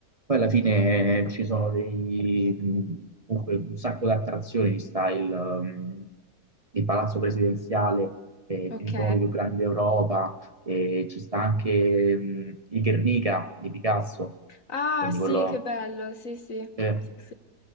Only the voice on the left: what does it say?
Ok.
Ah,
sì,
che bello, sì, sì.
Sì, sì.